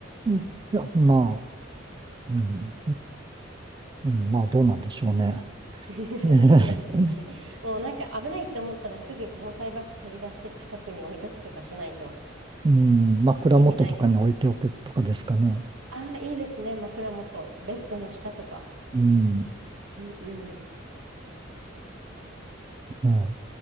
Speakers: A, on the right (about 25°); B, on the right (about 80°).
A: うんいや、まあ、うん、うんまあどうなんでしょうね。
B: <laughs> どうなんでしょうね。
A: <laughs> えへへ
B: もうなんか危ないと思ったらすぐ防災バッグ取り出して近くに置いとくとかしないと
A: うん、枕元とかに置いておくとかですかね。
B: 意味ないかもです。ああ、いいですね。枕元、ベッドの下とか。
A: うん、
B: うんうん。
A: ね